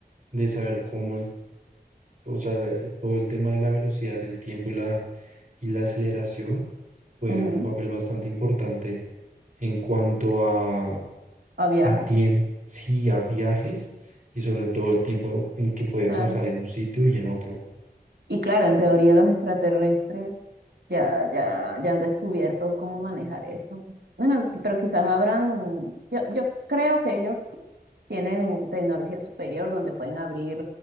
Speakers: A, on the right (about 50°); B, on the right (about 85°).
A: de saber cómo, el- o sea, la- todo el tema de la velocidad, del tiempo y la, y la aceleración juegan
B: ujú,
A: un papel bastante importante en cuanto a,
B: A viajes,
A: a tiempo, sí, a viajes y sobre todo el tiempo en que puede
B: claro.
A: pasar en un sitio y en otro.
B: Y claro, en teoría los extraterrestres ya, ya, ya han descubierto cómo manejar eso. Bueno, pero quizás habrán, yo, yo creo que ellos tienen tecnología superior donde pueden abrir